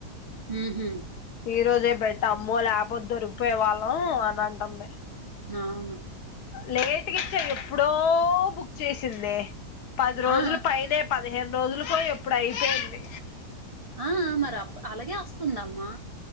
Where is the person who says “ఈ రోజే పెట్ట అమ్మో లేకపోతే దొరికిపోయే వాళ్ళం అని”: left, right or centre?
Left